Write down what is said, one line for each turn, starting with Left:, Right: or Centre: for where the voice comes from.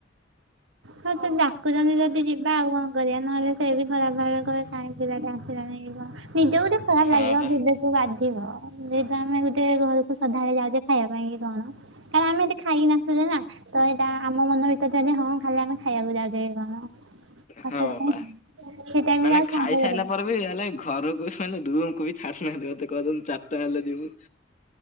Right: ହଉ ଜଦି ଡାକୁଛନ୍ତି ଯଦି ଯିବା ଆଉ କଣ କରିବା ନହେଲେ ସେ ବି ଖରାପ ଭାବିବେ କହିବେ କାହିଁକି ପିଲାଟା ଆସିଲାନିକି କଣ। ନିଜେକୁ ତ ଖରାପ
Left: ହଁ
Right: ଲାଗିବ
Left: ବା
Right: ବି ତାଙ୍କୁ ବାଧିବ ଯେହେତୁ ଆମେ ଗୁଟେ ଘରକୁ ସଦାବେଳେ ଯାଉଛେ ଖାଇବା ପାଇଁ କି କଣ। କାରଣ ଆମେ ଏତେ ଖାଇକିନା ଆସୁଚେ ନା ତ ଏଇଟା ଆମ ମନ ଭିତରେଥାଏ ହଁ ଖାଲି ଆମେ ଖାଇବାକୁ ଯାଉଥେବେ କଣ। ଆଉ
Left: ହଁ
Right: ସେଥିପାଇଁ
Left: ବା
Right: ସେ ଟାଇମରେ
Left: ମାନେ
Right: ଆଉ
Left: ଖାଇସାଇଲା
Right: ସାଙ୍ଗ କଥା
Left: ପରେ ବି ହେଲେ ଘରକୁ ବି ମାନେ ରୁମକୁ ବି ଛାଡୁନାହାନ୍ତି ମୋତେ କହୁଚନ୍ତି ଚାରଟା ହେଲେ ଯିବୁ।